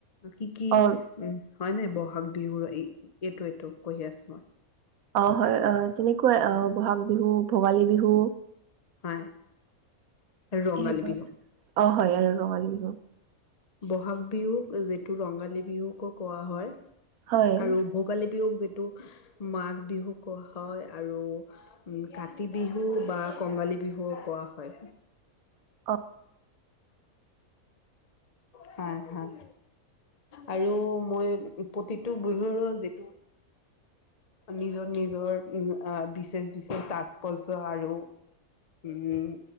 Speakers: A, on the left; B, on the right.
A: কি কি
B: অ
A: উম, হয়নে বহাগ বিহুৰ এ এইটো এইটো কৈ আছো মই।
B: অ' হয় আহ, তুমি কোৱা আ বহাগ বিহু ভোগালী বিহু।
A: হয়। ৰঙালী
B: সেইবোৰ
A: বিহু
B: অ' হয় আৰু ৰঙালী বিহু।
A: বহাগ বিহুক যিটো ৰঙালী বিহুকো কোৱা হয়
B: হয়
A: আৰু ভোগালী বিহুক যিটো মাঘ বিহুক কোৱা হয় আৰু উম, কাতি বিহু বা কঙালী বিহু কোৱা হয়।
B: অ।
A: হয়, হয়। আৰু মই প্ৰতিটো বিহুৰো যিটো নিজৰ নিজৰ উম হ আ বিচেষ বিচেষ তাৎপৰ্য আৰু উম,